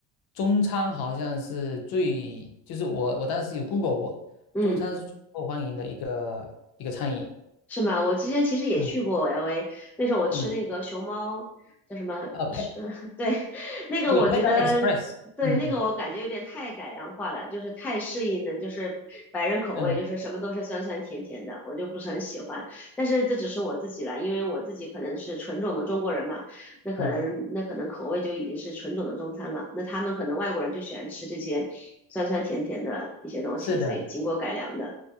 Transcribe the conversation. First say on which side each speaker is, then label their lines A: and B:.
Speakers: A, on the left; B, in the centre.
A: 中餐好像是最，就是我我当时有 Google 过，
B: 嗯。
A: 中餐是最受欢迎的一个一个餐饮。
B: 是吗？我之前其实也去过
A: 嗯，
B: LA，那时候我吃那个熊猫叫什么？
A: 嗯，呃，Pan，
B: <laughs> 对，<laughs> 那个我觉得，
A: e Panda Express，
B: 对，
A: 嗯嗯，
B: 那个我感觉有点太改良化了，就是太适应了，就是白人口味，
A: 嗯
B: 就是什么都是酸酸甜甜的，我就不是很喜欢。但是这只是我自己了，因为我自己可能是纯种的中国人嘛，那可能那可能口味就已经是纯种的中餐了，
A: 嗯，
B: 那他们可能外国人就喜欢吃这些酸酸甜甜的一些东西，
A: 是的。
B: 所以经过改良的，